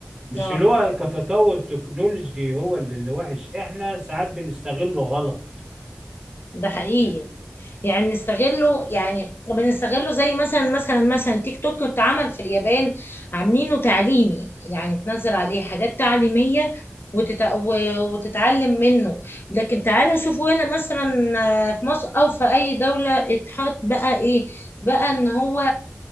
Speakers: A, on the right; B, on the left.
A: مش
B: اه
A: اللي هو كتطور تكنولوجي هو اللي, اللي وحش احنا ساعات بنستغله غلط
B: ده حقيقي
A: يعني
B: يعني بنستغله يعني بنستغله زي مثلا مثلا مثلا تيك توك اتعمل في اليابان عاملينه تعليمي يعني تنزل عليه حاجات تعليمية وتت... و- وتتعلم منه لكن تعالوا شوفوا هنا مثلا آه، في مصر او في اي دولة اتحط بقى ايه بقى ان هو